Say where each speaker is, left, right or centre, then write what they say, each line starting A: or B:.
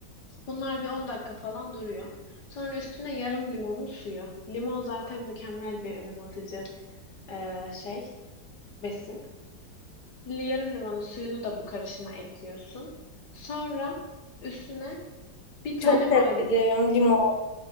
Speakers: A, on the left; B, on the left.
A: Bunlar bir 10 dakika falan duruyor. Sonra üstüne yarım limonun suyu. Limon zaten mükemmel bir önem atıcı eee, şey, besin. Li- Yarım limonun suyunu da bu karışıma ekliyorsun. Sonra üstüne bir tane
B: Çok
A: maden,
B: severim limon.